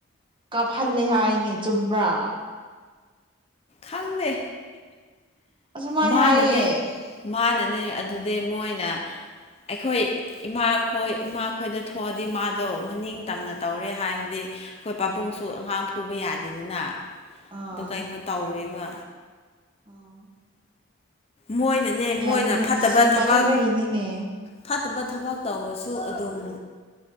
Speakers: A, on the right; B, on the left.
A: ꯀꯥꯞꯍꯜꯂꯦ ꯍꯥꯏꯅꯦ ꯆꯨꯝꯕ꯭ꯔꯥ
B: ꯈꯪꯗꯦ
A: ꯑꯁꯨꯃꯥꯏ
B: ꯃꯥꯅꯅꯦ
A: ꯍꯥꯏꯌꯦ
B: ꯃꯥꯅꯅꯤ ꯑꯗꯨꯗꯤ ꯃꯣꯏꯅ ꯑꯩꯈꯣꯏ ꯏꯃꯥꯈꯣꯏ ꯏꯃꯥꯈꯣꯏꯗ ꯍꯣꯑꯗꯤ ꯃꯥꯗꯣ ꯃꯅꯤꯡ ꯇꯝꯅ
A: ꯑꯥ
B: ꯇꯧꯔꯦ ꯍꯥꯏꯕꯗꯤ ꯑꯩꯈꯣꯏ ꯄꯥꯕꯨꯡꯁꯨ ꯑꯉꯥꯡ ꯐꯨꯕ ꯌꯥꯗꯦꯗꯅ
A: ꯑꯥ
B: ꯑꯗꯨ ꯀꯩꯅꯣ ꯇꯧꯔꯦꯕ
A: ꯑꯥ
B: ꯃꯣꯏꯅꯅꯦ
A: ꯌꯥꯝ
B: ꯃꯣꯏꯅ
A: ꯅꯨꯡꯁꯤꯃꯟꯕꯒꯤꯅꯤꯅꯦ
B: ꯐꯠꯇꯕ ꯊꯕꯛ ꯐꯥꯠꯇꯕ ꯊꯕꯛ ꯇꯧꯔꯁꯨ ꯑꯗꯨꯝ